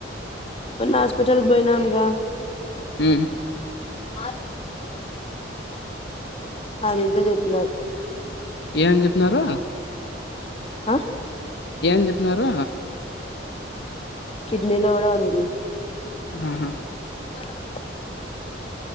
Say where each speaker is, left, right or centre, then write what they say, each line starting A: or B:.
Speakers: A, on the left; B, on the left.
A: మొన్న హాస్పిటల్ పోయినము గా
B: హ
A: ఆ అదింత చెతున్నారు
B: ఏమని చెప్పినారు
A: ఆ
B: ఏమని చెప్పినారు
A: కిడ్నీలో కూడా ఉంది
B: ఆహా
A: <inaudible>